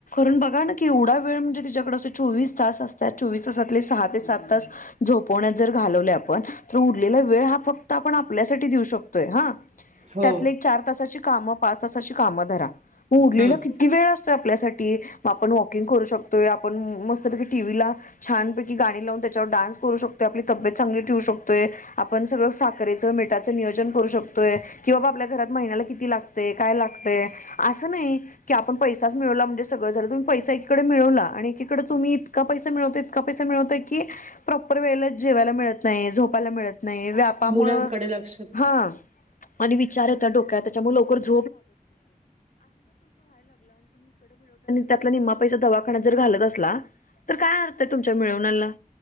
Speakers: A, on the left; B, on the right.
A: ण बघा ना की एवढा वेळ म्हणजे तिच्या कडे चोवीस तास असत चोस तासातले सहा ते सात आ झोपवण्यात जर घालवले आपण तर उरलेला वेळ हा फक्त आपण आपल्यासाठी देऊ शकतोय हा.
B: हो
A: त्यातले एक चार तासाची काम पाच तासाची कामं धरा मग उरलेला
B: हम्म
A: किती वेळ असतो. आपल्या आपण वॉकिंग करू शकतोय आपण मस्तपैकी टी व्ही ला छानपैकी गाणी लावून त्याच्यावर डान्स करू शकतो, आपली तबेत चांगली ठेू शकतोय, आपण सगळ साखेचं मिटाचं नियोजन करू शकतो. कि बाबा आपल्या घरात महिन्याला किती लागते काय लागतय असं नाही. की आपन पैसा च मिळवला म्हणजे सगळ झालंुम्ही पैसा एकीकडे मिळवला आणि एकीकडे तुम्ही इतका पैसा मिळवतो इतका पैसा मिळत क प्रॉपर वेळेला जेवायला मिळत. नाही, झोपायला मिळत नाही, व्यापामुळ
B: मुलांकडे लक्ष
A: हा आणि विचार होता डोक्या त्याच्यामुळे त त्या दवा <inaudible> घालत असला तर काय अर्थ तुमच्या मिळवण्याला